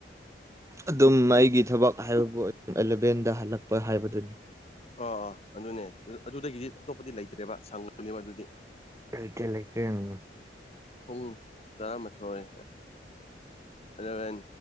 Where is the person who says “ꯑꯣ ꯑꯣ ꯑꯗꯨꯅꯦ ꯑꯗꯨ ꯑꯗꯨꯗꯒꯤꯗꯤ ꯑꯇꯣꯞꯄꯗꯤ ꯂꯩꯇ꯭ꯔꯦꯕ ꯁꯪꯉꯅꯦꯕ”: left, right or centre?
Left